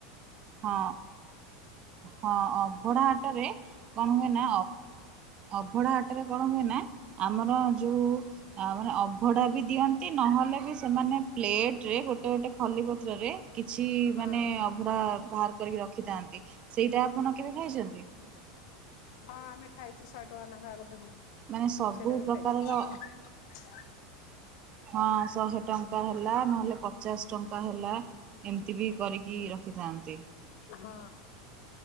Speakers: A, on the right (about 40°); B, on the left (about 65°).
A: ହଁ ହଁ ଅଭଢା ହାଟରେ କଣ ହୁଏ ନା ଅଭଢା ହାଟରେ କଣ ହୁଏ ନା ଆମର ଯୋଉ ମାନେ ଅଭଢା ବି ଦିଅନ୍ତି ନହେଲେ ବି ସେମାନେ ପ୍ଲେଟରେ ଗୋଟେ ଗୋଟେ ଖଲି ପତ୍ରରେ କିଛି
B: ହଁ
A: ମାନେ ଅଭଢା ବାହାର କରିକି ରଖିଥାନ୍ତି ସେଇଟା ଆପଣ କେବେ ଖାଇଛନ୍ତି?
B: ହଁ ଆମେ ଖାଇଛୁ ସଏଟଙ୍କା ନେଖା ଗୋ
A: ମାନେ ସବୁ
B: ସେଇଟାବି
A: ପ୍ରକାରର
B: ଖାଇଛି।
A: ହଁ ଶହେ ଟଙ୍କା ହେଲା ନହେଲେ ପଚାଶ ଟଙ୍କା ହେଲା ଏମିତି ବି କରିକି ରଖିଥାନ୍ତି।
B: ହଁ।